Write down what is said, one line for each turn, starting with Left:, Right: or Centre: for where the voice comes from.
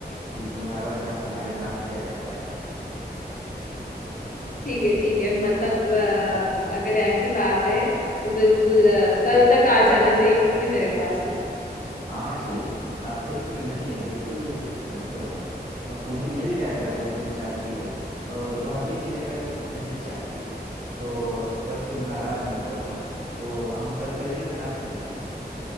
Right: कि तुम्हारा शहर तुम्हारे नाम किया जाता है
Left: ठीक है ठीक है मतलब अ, अगर ऐसी बात है तो बिल्कुल अ, कल तक आ जाना चाहिए मेरे पास भी
Right: हाँ जी आ, फिक्र नहीं बिल्कुल भी फिक्र मत करो और तुम्हें मिल जाएगा जो तुम चाहती हो और वह भी मिलेगा जो तुम नहीं चाहती हो तो बस तुम नाराज मत रहो तो हम कल चलेंगे ना कहीं